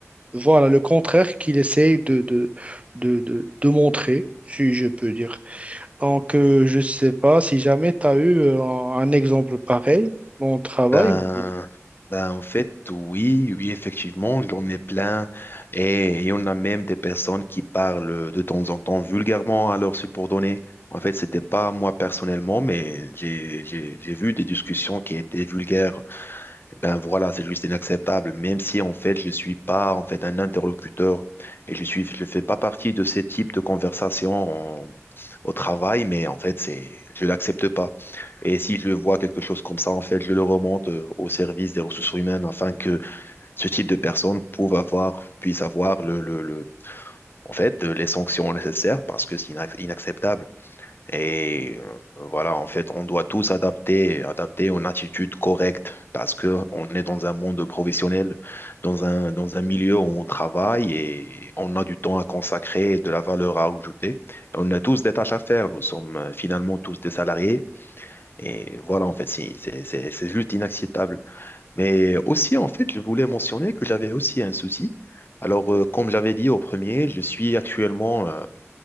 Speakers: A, on the right; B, on the left.
A: voilà, le contraire qu'il essaye de, de, de, de de montrer, si je peux dire. Donc, euh, je sais pas si jamais tu as eu euh, un, un exemple pareil dans le travail.
B: Ben, ben, en fait, oui, oui, effectivement, j'en ai plein. Et, et on a même des personnes qui parlent de temps en temps vulgairement à leurs subordonnés. En fait, c'était pas moi personnellement, mais j'ai, j'ai, j'ai vu des discussions qui étaient vulgaires ben voilà, c'est juste inacceptable. Même si en fait je suis pas en fait un interlocuteur et je suis je fais pas partie de ces types de conversations en- au travail, mais en fait c'est je l'accepte pas. Et si je vois quelque chose comme ça, en fait je le remonte euh, au service des ressources humaines afin que ce type de personnes puisse avoir puisse avoir le, le, le- en fait euh, les sanctions nécessaires parce que c'est inac- inacceptable. Et euh, voilà, en fait, on doit tous adapter, adapter une attitude correcte parce que on est dans un monde professionnel, dans un, dans un milieu où on travaille et on a du temps à consacrer, de la valeur à ajouter. On a tous des tâches à faire. Nous sommes euh, finalement tous des salariés. Et voilà, en fait, si- c'est c'est- c'est juste inacceptable. Mais aussi, en fait, je voulais mentionner que j'avais aussi un souci. Alors, euh, comme j'avais dit au premier, je suis actuellement euh,